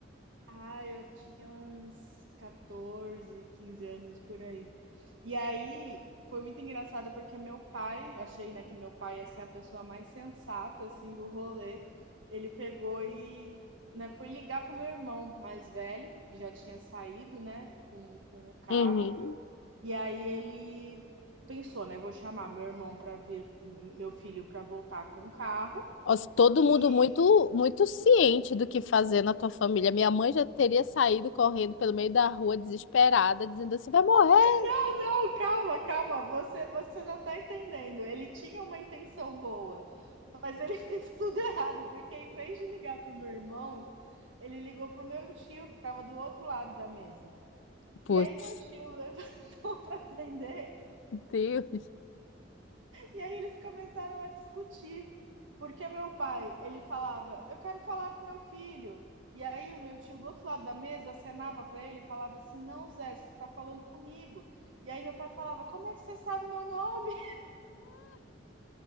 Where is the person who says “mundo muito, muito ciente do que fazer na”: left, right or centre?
Left